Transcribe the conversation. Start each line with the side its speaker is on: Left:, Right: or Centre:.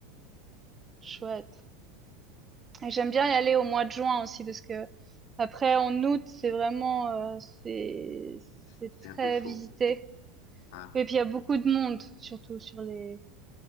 Right: Chouette. Et j'aime bien y aller au mois de juin aussi parce que après en août, c'est vraiment euh, c'est c'est
Left: C'est
Right: très
Left: un peu chaud.
Right: visité.
Left: Ah,
Right: Et puis il y a beaucoup de monde surtout sur les